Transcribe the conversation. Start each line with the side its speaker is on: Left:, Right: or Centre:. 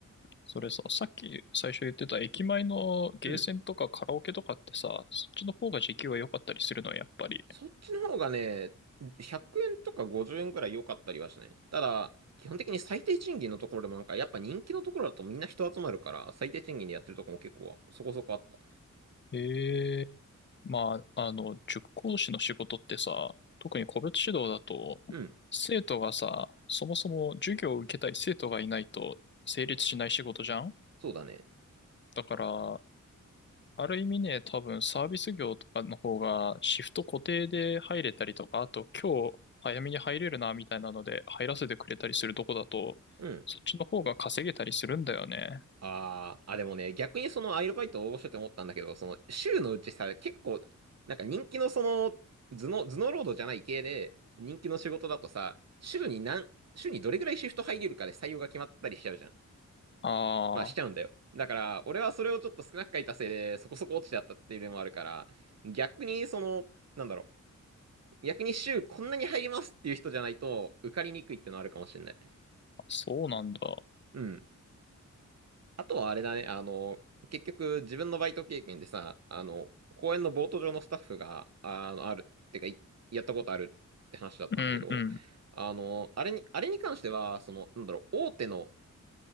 Left: それさ、さっき最初言ってた駅前のゲーセンとかカラオケとかってさ、
Right: うん
Left: そっちの方が時給は良かったりするのはやっぱり。
Right: そっちの方がね、100円とか50円くらい良かったりはしたね。ただ、基本的に最低賃金のところでもなんか、やっぱ人気のところだとみんな人集まるから、最低賃金でやってるとこも結構そこそこあった。
Left: へえ。まあ、あの、塾講師の仕事ってさ、特に個別指導だと、
Right: うん、
Left: 生徒がさ、そもそも授業を受けたい生徒がいないと成立しない仕事じゃん
Right: そうだね。
Left: だから、ある意味ね、多分サービス業とかの方がシフト固定で入れたりとか、あと今日早めに入れるなみたいなので入らせてくれたりするとこだと、
Right: うん。
Left: そっちの方が稼げたりするんだよね。
Right: あー、あ、でもね、逆にそのアイルバイト応募してて思ったんだけど、その週のうちさ、結構、なんか人気のその、頭脳、頭脳労働じゃない系で、人気の仕事だとさ、週に何、週にどれぐらいシフト入れるかで採用が決まったりしちゃうじゃん。
Left: ああ、
Right: まあしちゃうんだよ。だから、俺はそれをちょっと少なく書いたせいで、そこそこ落ちちゃったっていうのもあるから、逆にその、なんだろう、逆に週こんなに入りますっていう人じゃないと、受かりにくいってのあるかもしれない。
Left: そうなんだ。
Right: うん。あとはあれだね、あの、結局自分のバイト経験でさ、あの、公園のボート場のスタッフが、あの、あるってか、いやったことあるって話だったんだけど、
Left: うんうん、
Right: あの、あれに、あれに関しては、その、なんだろう、大手の、